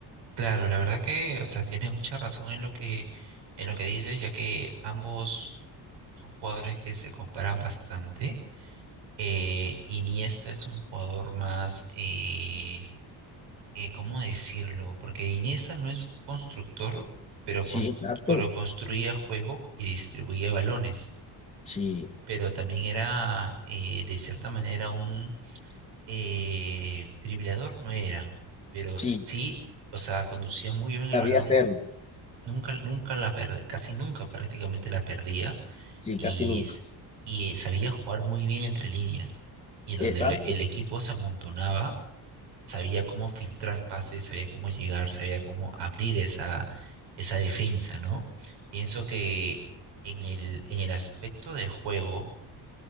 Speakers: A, on the right; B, on the left.
A: Claro, la verdad que, o sea, tienes mucha razón en lo que, en lo que dices, ya que ambos son jugadores que se comparan bastante. Eh, Iniesta es un jugador más, eh, eh, ¿cómo decirlo? Porque Iniesta no es constructor, pero,
B: Sí,
A: cons-
B: exacto.
A: pero construía juego y distribuía balones.
B: Sí,
A: pero también era eh, de cierta manera un eh, dribleador, no era, pero
B: sí,
A: sí, o sea, conducía muy bien el
B: sabía
A: balón,
B: hacerlo.
A: nunca, nunca la perdía, casi nunca prácticamente la perdía
B: Sí,
A: y,
B: casi nunca.
A: s- y sabía jugar muy bien entre líneas y donde
B: Exacto.
A: el, el equipo se amontonaba, sabía cómo filtrar pases, sabía cómo llegar, sabía cómo abrir esa, esa defensa, ¿no? Pienso que en el, en el aspecto de juego,